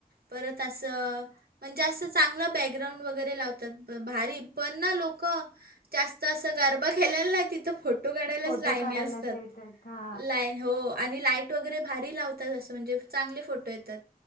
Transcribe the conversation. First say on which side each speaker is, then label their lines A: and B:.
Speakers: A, on the right; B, on the left.
A: परत असं म्हणजे असं चांगलं बॅकग्राउंड वगैरे लावतात भारी पणना लोक जात असं गरबा केेलेला नाही तिथं फोटो काढायलाच
B: फोटो
A: लाईनी
B: काढायलाच
A: असतात
B: येतात हा
A: ला हो आणि लाईट वगैरे भारी लावतात असं म्हणजे चांगले फोटो येतात.